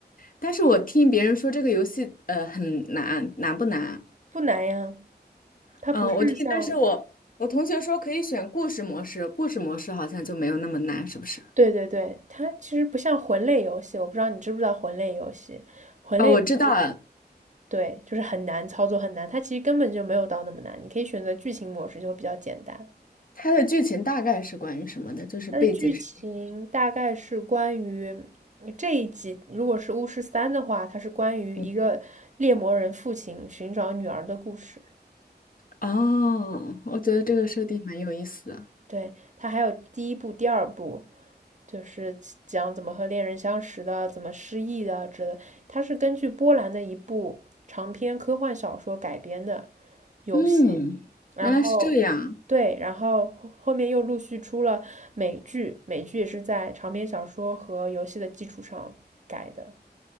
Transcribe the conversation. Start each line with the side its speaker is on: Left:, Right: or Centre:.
Left: 但是我听别人说这个游戏呃很难，难不难？
Right: 不难呀。它不是像，
Left: 嗯，我听，但是我我同学说可以选故事模式，故事模式好像就没有那么难，是不是？
Right: 对对对，它其实不像魂类游戏，我不知道你知不知道魂类游戏，魂类游戏就
Left: 哦，我知道了，
Right: 对，就是很难操作，很难。它其实根本就没有到那么难，你可以选择剧情模式，就会比较简单。
Left: 它的剧情大概是关于什么的，就是背景是。
Right: 它的剧情大概是关于嗯这一集，如果是巫师三的话，它是关于一个猎魔人父亲寻找女儿的故事。
Left: 嗯。哦，我觉得这个设定蛮有意思的。
Right: 对，它还有第一部、第二部，就是讲怎么和恋人相识的，怎么失忆的之类。它是根据波兰的一部长篇科幻小说改编的游戏，
Left: 嗯，
Right: 然后对，
Left: 原来是这样。
Right: 然后后后面又陆续出了美剧，美剧也是在长篇小说和游戏的基础上改的。